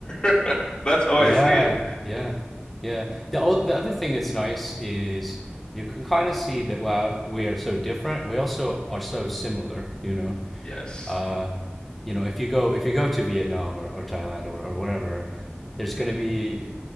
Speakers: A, on the left (about 25°); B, in the centre.
A: <laughs> That's how
B: Yeah.
A: I see it.
B: Yeah. Yeah. The o- the other thing that's nice is you can kind of see that while we are so different, we also are so similar, you know.
A: Yes.
B: uh, you know, if you go if you go to Vietnam or, or Thailand or, or wherever, there's going to be